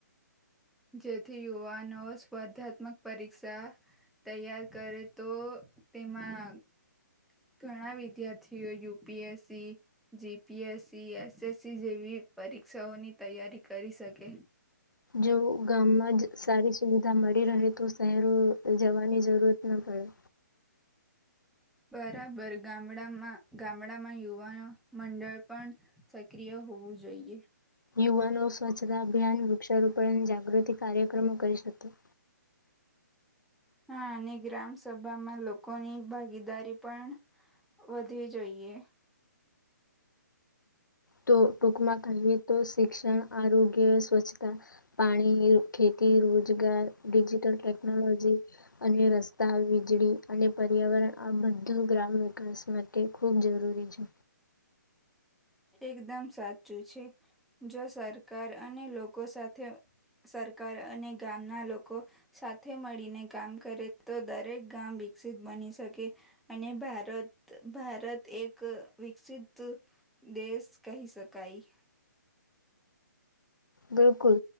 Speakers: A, in the centre; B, on the left.
A: જેથી યુવાનો સ્પર્ધાત્મક પરીક્ષા તૈયાર કરે તો તેમાં ઘણા વિદ્યાર્થીઓ યુપીએસસી જીપીએસસી એસએસસી જેવી પરીક્ષાઓની તૈયારી કરી શકે.
B: જો ગામમાં જ સારી સુવિધા મળી રહે તો શહેરો જવાની જરૂર ન પડે.
A: બરાબર ગામડામાં ગામડામાં યુવાનો મંડળ પણ સક્રિય હોવું જોઈએ.
B: યુવાનો સ્વચ્છતા અભિયાન વૃક્ષારોપણ અને જાગૃતિ કાર્યક્રમો કરી શકે.
A: હા અને ગ્રામ સભામાં લોકોની ભાગીદારી પણ વધવી જોઈએ.
B: તો ટૂંકમાં કહીએ તો શિક્ષણ આરોગ્ય સ્વચ્છતા પાણી ખેતી રોજગાર ડિજિટલ ટેકનોલોજી અને રસ્તા વીજળી અને પર્યાવરણ આ બધું ગ્રામ વિકાસ માટે ખૂબ જરૂરી છે.
A: એકદમ સાચું છે જો સરકાર અને લોકો સાથે સરકાર અને ગામના લોકો સાથે મળીને કામ કરે તો દરેક ગામ વિકસિત બની શકે અને ભારત ભારત એક વિકસિત દેશ કહી શકાય.
B: બિલકુલ